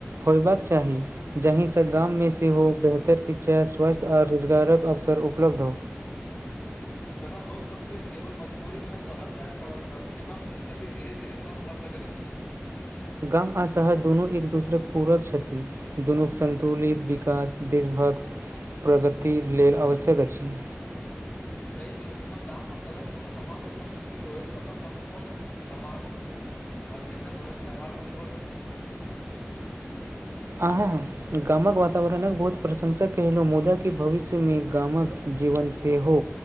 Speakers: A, on the right; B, on the left.
A: होयबा कऽ चाही जहिसँ गाम मे से हो बेहतर शिक्षा स्वास्थ्य आर रोजगारक अवसर उपलब्ध हो।
B: तखन लोक सभके केवल मजबूरीमे शहर जाय पड़त एहन स्थिति धीरे धीरे कम भऽ सकैत अछि।
A: गाम आ शहर दुनू एक दूसर कऽ पूरक छथिन दुनू के सन्तुलित विकास देशभक प्रगत लेल आवश्यक अछि।
B: सही केलहुँ जखन गाम आ शहर दुनू समामान रूपसँ विकसित होयत तखन सम्पूर्ण समाज। आ देश कऽ भविष्य आरो उज्जवल बनत।
A: अहाँ गाम कऽ वातावरणके बहुत प्रशंसा केलहुँ मुदा कि भविष्यमे गाम के। जीवन सेहो